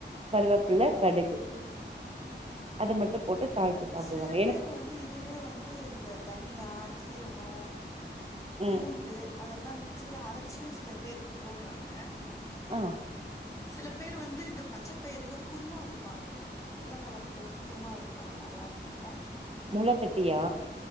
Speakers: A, on the right; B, on the left.
A: கருவப்புள்ள
B: ம்
A: கடுகு
B: ம்
A: அது மட்டும் போட்டு தாழிச்சு சாப்பிடுவங்க
B: சில பேர்
A: எனக்கு
B: வந்து இதுலயே வந்து இந்த தனியா ஜீரகம் பூண்டு
A: ம்
B: அதெல்லாம் மிக்ஸி மிசில அரைச்சியும் சில பேர் போட்றாங்க
A: ஆஹ்
B: சில பேர் வந்து இந்த பச்சைப்பயிரில குருமா வப்பாங்க உருளைக்கெழங்கு போட்டு குருமா வப்பாங்க நல்லாருக்கும்
A: மொளை கட்டியா